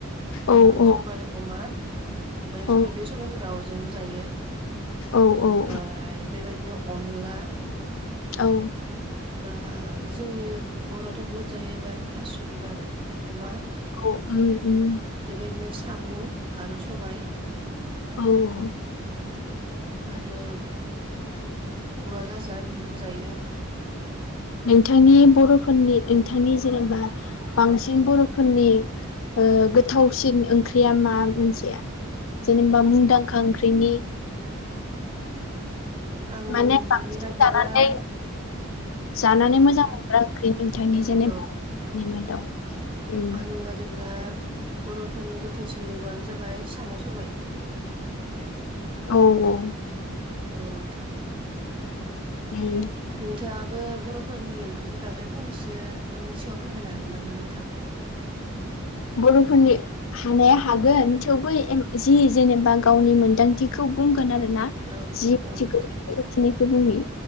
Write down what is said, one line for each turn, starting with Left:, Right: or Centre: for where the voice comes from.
Right: आ
Left: औ औ
Right: सबाय अमा ओमफाय
Left: औ
Right: सबबाय बे सबाइखौ दाउजोंबो जायो
Left: औ
Right: ओमफ्राय
Left: औ
Right: बेबायदिनो अनला
Left: औ
Right: बा जोंनि बर'आथ' बुहुद जायोबा थास' बिबार अमा
Left: औ उम उम
Right: बेबायदिनो सामु आरो सबाय <inaudible>
Left: औ
Right: आरो औवा गाजा बेफोरखौ जायो आरो।
Left: नोंथांनि बर'फोरनि नोंथांनि जेनेबा बांसिन बर'फोरनि ओ गोथावसिन ओंख्रिया मा मोनसेया? जेनेबा मुंदांखा ओंख्रिनि
Right: आंनि
Left: माने बांसिन
Right: बादिब्ला
Left: जानानै जानानै
Right: औ नोंथां
Left: मोजां मोनग्रा ओंख्रि नोंथांनि
Right: औ
Left: जेनेबा
Right: औ
Left: <inaudible> मादाव। उम
Right: आंनि बादिब्ला बर'फोरनि गोथावसिन मैगंआनो जाबाय साम' सबाय।
Left: औ औ।
Right: औ नोंथां
Left: उम।
Right: नोंथाङाबो बर'फोरनि ओंख्रिनि बागै फंनैसो आंनि सिगाङाव फोरमायनो हागोन नामा नोंथां
Left: बर'फोरनि हानाया हागोन थेवबो जि जेनेबा गावनि मोनदांथिखौ बुंगोन आरो ना
Right: औ
Left: जि <unintelligible>
Right: औ नोंथां
Left: मिनिखौ बुङो